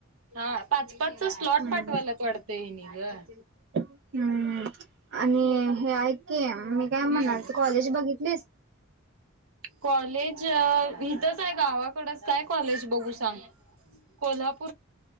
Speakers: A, on the right; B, on the right.
A: हा पाच पाचचा स्लॉट
B: हं
A: पाठवायलात वाटतं हेनी गं.
B: हम्म आणि हे ऐक की मी काय
A: हम्म.
B: मनायले कॉलेज बघितले
A: कॉलेज अ इथच हाय गावाकडच काय कॉलेज बघू सांग. कोल्हा